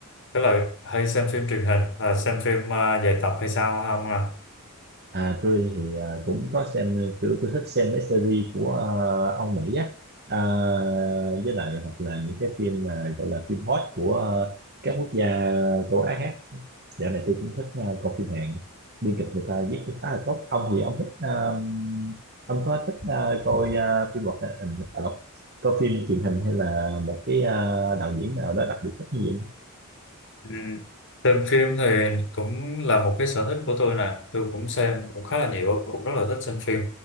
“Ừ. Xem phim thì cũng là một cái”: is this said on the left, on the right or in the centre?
Left